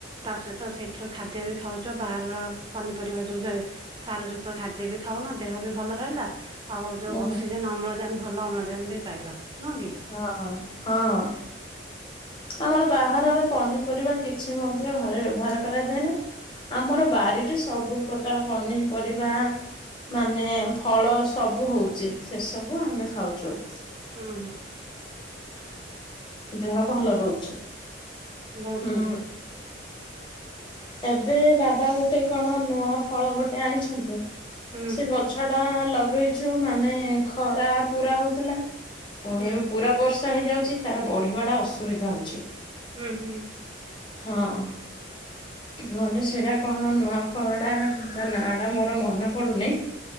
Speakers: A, on the right (about 25°); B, on the left (about 25°).
A: ତା ସହିତ ସେଇଥିରୁ ଖାଦ୍ୟ ବି ଖାଉଛ ବାହାରର ପନିପରିବା ଯୋଉ ଯାଏ ସାର ଯୁକ୍ତ ଖାଦ୍ୟ ବି ଖାଉନ ଦେହ ବି ଭଲ ରହିଲା। ଆଉ ଯୋଉ
B: ହୁଁ
A: ଅକ୍ସିଜେନ ଅମ୍ଳଜାନ ଭଲ ଅମ୍ଳଜାନ ବି ପାଇଲ ନୁହଁ କି?
B: ହଁ ହଁ ହଁ ଆମର ବାହାରର ପନି ପରିବା କିଛି ମଧ୍ୟ ଘରେ ବ୍ୟବହାର କରାଯାଏନା ଆମର ବାରିରେ ସବୁ ପ୍ରକାର ପନିପରିବା ମାନେ ଫଳ ସବୁ ହଉଛି ସେ ସବୁ ଆମେ ଖାଉଛୁ।
A: ହୁଁ।
B: ଦେହ
A: ବହୁତ
B: ଭଲ
A: ହିଁ
B: ରହୁଛି
A: ବହୁତ
B: ହୁଁ।
A: ବଢିଆ
B: ଏବେ ବାବା ଗୋଟେ କଣ ନୂଆ ଫଳ ଗୋଟେ ଆଣିଛନ୍ତି
A: ହୁଁ
B: ସେ ଗ ଛଡା ଲଗେଇଛୁ ମାନେ ଖରା ପୁରା ହଉଥିଲା ପୁଣି
A: ହୁଁ
B: ଏବେ ପୁରା ବର୍ଷା ହେଇଯାଉଛି ତାର ବଢିବା ଟା ଅସୁବିଧା ହଉଛି।
A: ହୁଁ ହୁଁ
B: ହଁ। ନହେଲେ ସେଟା କଣ ନୂଆ ଫଳଟା ତା ନା ଟା ମୋର ମନେ ପଡ ପଡୁନି